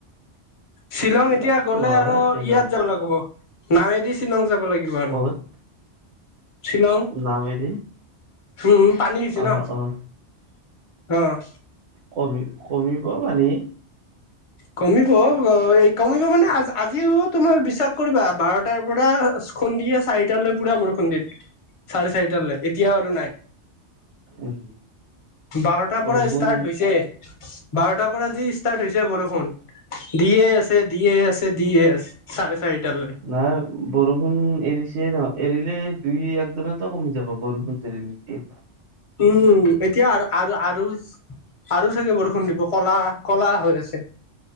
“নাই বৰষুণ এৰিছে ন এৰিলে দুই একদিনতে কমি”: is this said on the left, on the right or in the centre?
Right